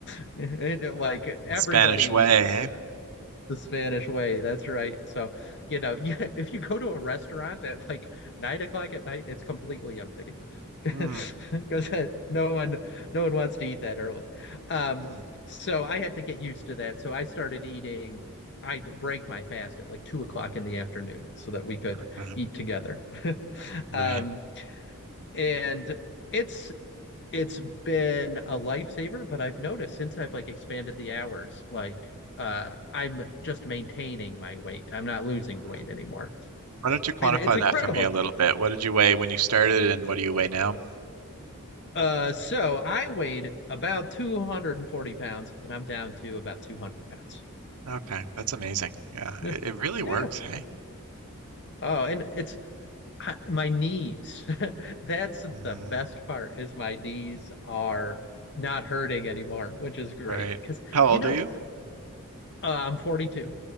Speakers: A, on the left; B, on the right.
A: <laughs> like everybody
B: Spanish
A: eats
B: way, eh?
A: the Spanish way. That's right. So, you know, <laughs> you, if you go to a restaurant at like nine o'clock at night, it's completely empty <laughs>
B: Mm,
A: because no one, no one wants to eat that early. Um,
B: mm,
A: so I had to get used to that. So I started eating. I'd break my fast at like two o'clock in the afternoon so that we could
B: okay.
A: eat together. <laughs>
B: Right.
A: Um, and it's it's been a lifesaver, but I've noticed since I've like expanded the hours, like uh I'm just maintaining my weight. I'm not losing
B: Mm.
A: weight anymore.
B: Why don't you quantify
A: And it's incredible.
B: that for me a little bit? What did you weigh when you started and what do you weigh now?
A: Uh so I weighed about 240 pounds and I'm down to about 200 pounds.
B: Okay, that's amazing. Yeah,
A: Yeah.
B: it, it really works,
A: Yeah.
B: hey?
A: Oh, and it's I, my knees. <laughs> That's
B: Mm,
A: the best part is my knees are not hurting anymore, which is great
B: right.
A: because
B: How old
A: you know,
B: are you?
A: uh, I'm 42.